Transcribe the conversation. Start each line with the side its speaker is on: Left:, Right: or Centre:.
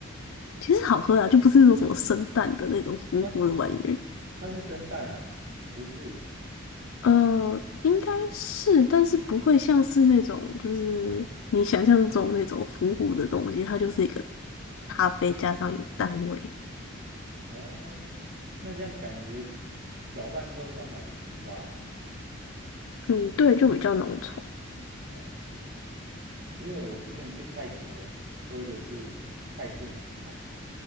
Left: 其实好喝啊，就不是那种什么生蛋的那种糊糊的玩意儿。
Right: 啊，它是生蛋啊，不是
Left: 呃，应该是，但是不会像是那种，就是你想象中那种糊糊的东西，它就是一个咖啡加上有蛋味。
Right: 哦，那这样感觉搅拌之后像奶昔吧。
Left: 嗯，对，就比较浓稠。
Right: 了解，因为我之前去泰国喝的是泰式奶茶，